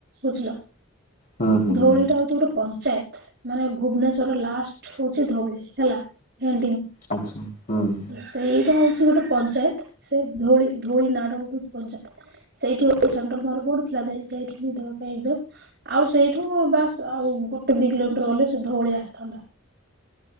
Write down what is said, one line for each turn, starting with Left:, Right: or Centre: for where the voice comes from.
Right: ବୁଝିଲ।
Left: ହୁଁ ହୁଁ
Right: ଧଉଳି
Left: ହୁଁ
Right: ଟା ହଉଛି ଗୋଟେ ପଞ୍ଚାୟତ। ମାନେ ଭୁବନେଶ୍ୱର ଲାଷ୍ଟ ହଉଛି ଧଉଳି ହେଲା ଏଣ୍ଡି।
Left: ଆଚ୍ଛା ହୁଁ।
Right: ସେଇଟା ଆଉ ଗୋଟେ ପଞ୍ଚାୟତ ସେ ଧୋଳି ଧୋଳି ନା ର ଗୋଟେ ପଞ୍ଚାୟତ ସେଇଠି ସେଣ୍ଟର ମୋର ପଡିଥିଲା ଯାଇଥିଲି ଦବା ପାଇଁ ଏକ୍ଜାମ। ଆଉ ସେଇଠୁ ବାସ୍ ଆଉ ଗୋଟେ ଦି କିିଲୋମିଟର ଗଲେ ସେ ଧଉଳି ଆସିଥାନ୍ତା।